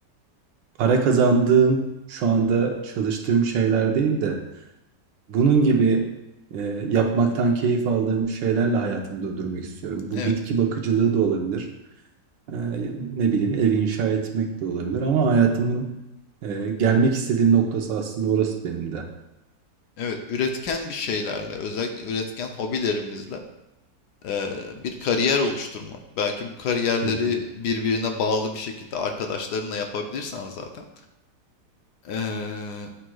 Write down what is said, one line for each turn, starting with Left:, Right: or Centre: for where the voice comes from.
Right: para kazandığım, şu anda çalıştığım şeyler değil de bunun gibi e, yapmaktan keyif aldığım şeylerle hayatımı döndürmek istiyorum. Bu
Left: evet.
Right: bitki bakıcılığı da olabilir. E, ne bileyim ev inşa etmek de olabilir ama hayatımın e, gelmek istediğim noktası aslında orası benim de.
Left: Evet, üretken bir şeylerle, özellikle üretken hobilerimizle eee, bir kariyer oluşturmak. Belki bu kariyerleri
Right: Hı hı.
Left: birbirine bağlı bir şekilde arkadaşlarınla yapabilirsen zaten eee,